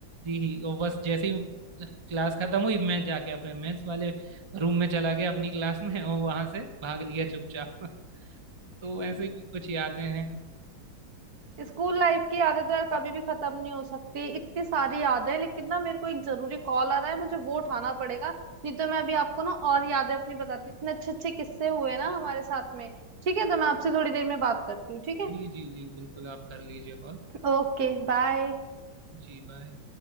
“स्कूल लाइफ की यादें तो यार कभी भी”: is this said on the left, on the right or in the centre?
Right